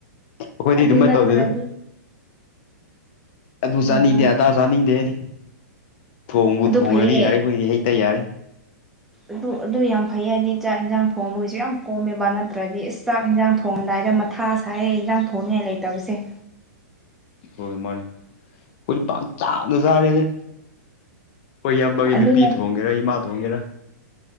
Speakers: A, on the left; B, in the centre.
A: ꯑꯩꯈꯣꯏꯗꯤ
B: ꯑꯗꯨ
A: ꯑꯗꯨꯃꯥꯏꯅ
B: ꯅꯠꯇ꯭ꯔꯗꯤ
A: ꯇꯧꯗꯦꯗ ꯑꯗꯨ ꯆꯥꯅꯤꯗꯦ
B: ꯎꯝ
A: ꯑꯗꯥ ꯆꯥꯅꯤꯗꯦ ꯑꯩꯗꯤ ꯊꯣꯡꯕꯨ
B: ꯑꯗꯨ
A: ꯊꯣꯡꯔꯗꯤ
B: ꯐꯩꯌꯦ
A: ꯌꯥꯔꯦ ꯑꯈꯣꯏꯗꯤ ꯍꯩꯇ ꯌꯥꯔꯦ
B: ꯑꯗꯨ ꯑꯗꯨ ꯌꯥꯝ ꯐꯩꯌꯦ ꯍꯥꯏꯗꯤ ꯆꯥꯛ-ꯏꯟꯖꯥꯡ ꯊꯣꯡꯕꯒꯤꯖꯨ ꯌꯥꯝ ꯀꯣꯝꯃꯦꯕ ꯅꯠꯇ꯭ꯔꯗꯤ ꯏꯁ ꯆꯥꯛ ꯏꯟꯖꯥꯡ ꯊꯣꯡꯉꯝꯗꯥꯏꯗ ꯊꯥ ꯁꯥꯏꯌꯦ ꯏꯟꯖꯥꯡ ꯊꯣꯡꯅꯤꯉꯥꯏ ꯂꯩꯇꯕꯁꯦ
A: ꯍꯣꯏ ꯃꯥꯟꯅꯦ ꯈꯣꯏꯗꯤ ꯄꯪ ꯆꯥꯗ ꯆꯥꯔꯦꯁꯦ ꯈꯣꯏ ꯏꯌꯥꯝꯕꯒꯤ
B: ꯑꯗꯨꯅ
A: ꯅꯨꯄꯤ ꯊꯣꯡꯒꯦꯔꯥ ꯏꯃꯥ ꯊꯣꯡꯒꯦꯔꯥ